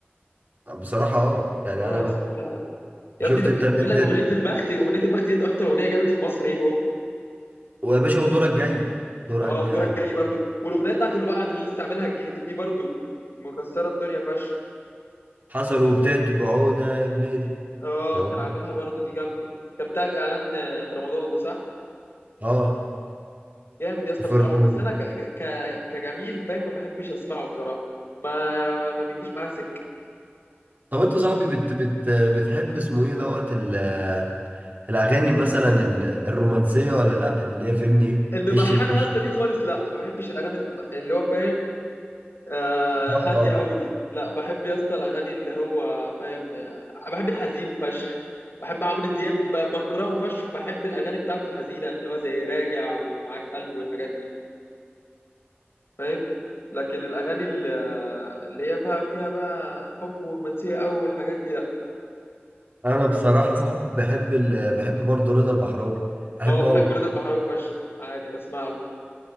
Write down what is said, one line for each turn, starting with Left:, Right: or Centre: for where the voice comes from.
Right: بصراحة اه يعني
Left: اه
Right: انا
Left: يا
Right: ما
Left: اسطى لا لا يا
Right: شفت
Left: ابني ده
Right: انت اللي
Left: بيقول
Right: هي
Left: لك اغنيه
Right: بتاعت
Left: البخت اغنيه البخت ديت اكتر اغنيه جابت في مصر هيب هوب
Right: ويا باشا ودورك جاي دورك
Left: اه ودورك
Right: جاي
Left: جاي برضو والاغنيه بتاعت الوعد اللي لسه عاملها الجديده دي برضو مكسره الدنيا فشخ
Right: حصل وبتاعت بعودة يا بلادي
Left: اه
Right: اه
Left: كان عاملها برضو دي جامده كان بتاعت اعلان آه، في رمضان ده صح
Right: اه
Left: جامد يا اسطى
Right: وفرعون
Left: بصراحه بس انا ك... ك... كجميل فاهم ما بحبش اسمعه بصراحه ما ما بيجيش معاه سكه
Right: طب انت صاحبي بت بت بتحب اسمه ايه دوت ال- الاغاني مثلا ال- الرومانسية ولا لا اللي هي فهمني ايه
Left: الممحنه
Right: هش الجش
Left: يا اسطى دي خالص لا ما بحبش الاغاني الم- اللي هو فاهم آه
Right: اه
Left: هادية
Right: آه.
Left: أوي دي لا بحب يا اسطى الأغاني اللي هو فاهم بحب الحزين فشخ بحب عمرو دياب ب- بكرهه فشخ بحب الأغاني بتاعته الحزينة اللي هو زي راجع ومعاك قلب والحاجات دي فاهم لكن الأغاني ال- اللي هي فيها فيها بقى حب ورومانسية أوي والحاجات دي لا
Right: انا بصراحه صاحب بحب ال... بحب برضه رضا البحراوي بحبه
Left: هو بحب
Right: قوي
Left: رضا البحراوي فشخ عادي بسمع له